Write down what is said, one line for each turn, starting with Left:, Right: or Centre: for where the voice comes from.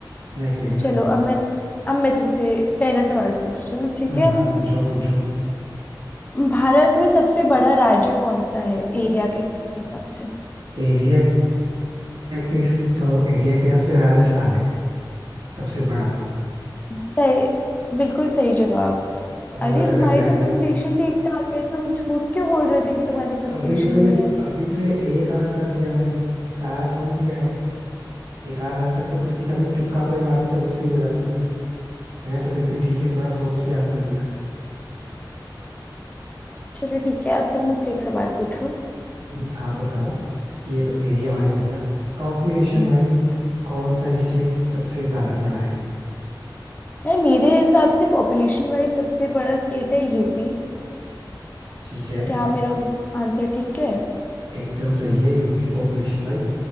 Right: Nice idea
Left: चलो अब मैं अब मैं तुमसे पहला सवाल पूछती हूँ ठीक
Right: हाँ
Left: है
Right: हाँ पूछो पूछो
Left: भारत में सबसे बड़ा राज्य कौन सा है एरिया के हिसाब से
Right: एरिया एरिया के तो एरिया के हिसाब से राजस्थान है सबसे बड़ा
Left: सही बिल्कुल सही जवाब
Right: और
Left: अरे
Right: अगर
Left: तुम्हारी
Right: वैसे
Left: तो प्रिपरेशन ठीक ठाक है तुम झूठ क्यों बोल रहे थे कि तुम्हारी प्रिपरेशन
Right: अभी तो ये
Left: नहीं है
Right: अभी तो ये एक आंसर दिया मैंने सारा थोड़ी दिया है एक आध आंसर तो किसी का भी तुक्का कोई मारते तो भी सही हो जाता है भाई मैंने तो फिर भी ठीक है थोड़ा सोच के आंसर दिया
Left: चलो ठीक है अब तुम मुझसे एक सवाल पूछो
Right: अभी आप बताओ कि ये तो एरिया वाइज हो गया पॉपुलेशन
Left: हम्म,
Right: वाइज कौन सा स्टेट सबसे ज्यादा बड़ा है
Left: नहीं, मेरे हिसाब से पॉपुलेशन वाइज सबसे बड़ा स्टेट है यूपी
Right: ठीक है
Left: क्या मेरा आंसर ठीक है
Right: एकदम सही है यूपी पॉपुलेशन वाइज